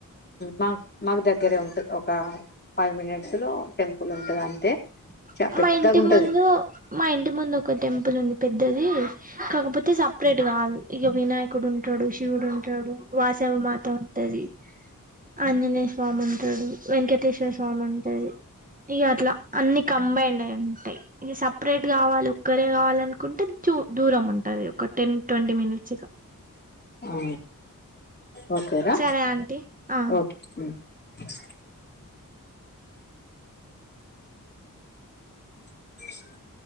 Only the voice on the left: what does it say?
మాకు మాకు దగ్గరే ఉంటుది ఒక ఫైవ్ మినిట్స్ లో టెంపుల్ ఉంటది అంతే
చ పెద్దగా
ఉంటది
ఆ ఓకేరా
ఓకే శబ్దంగా ఉంది శబ్దంగా ఉంది